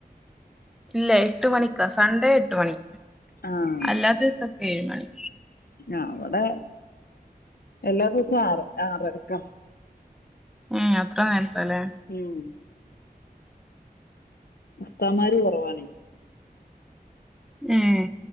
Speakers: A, in the centre; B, on the left.
A: ഇല്ല എട്ട് മണിക്കാ സൺഡേ എട്ട് മണി
B: ആഹ്
A: അല്ലാത്ത ദിസൊക്കെ ഏഴ് മണി
B: ഞ് അവിടെ എല്ലാ ദിവസവും ആറരക്ക
A: ഏ അത്ര നേരത്തല്ലേ
B: ഉം ഉസ്താമാര് കുറവാണ
A: ഏഹ്